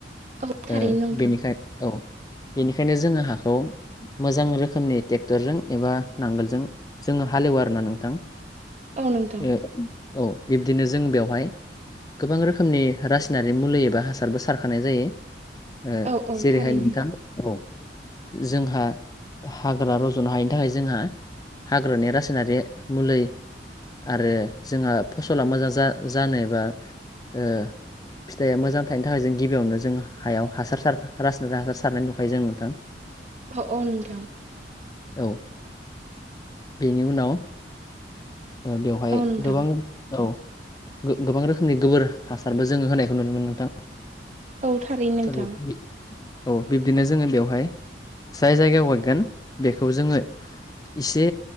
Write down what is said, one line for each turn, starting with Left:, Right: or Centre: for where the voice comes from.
Right: औ थारैनो
Left: ओ
Right: नोंथां
Left: बेनिखाय औ। बेनिखायनो जोङो हाखौ मोजां रोखोमनि टेक्टरजों एबा नांगोलजों जोङो हालेवो आरो ना नोंथां।
Right: औ नोंथां
Left: ओ औ बिब्दिनो जों बेवहाय गोबां रोखोमनि रासायनारि मुलि एबा हासारबो सारखानाय जायो ओ
Right: औ औ
Left: जेरैहाय
Right: थारैनो
Left: नोंथां औ जोंहा हाग्रा रज'नो हायिनि थाखाय जोंहा हाग्रानि रासायनारि मुलि आरो जोंहा फसला मोजां जा जानोबा ओ फिथाइया मोजां थायनो थाखाय जों गिबियावनो जों हायाव हासार सार रासायनारि हासार सारनाय नुखायो जों नोंथां।
Right: औ औ नोंथां।
Left: औ बेनि उनाव ओ बेवहाय
Right: औ नोंथां
Left: गोबां औ गो-गोबां रोखोमनि गोबोर हासारबो जो जोङो होनायखौ नुनो मोनो नोंथां
Right: औ थारैनो नोंथां
Left: ओ औ बिब्दिनो जोङो बेवहाय जाय जायगायाव गायगोन बेखौ जोङो इसे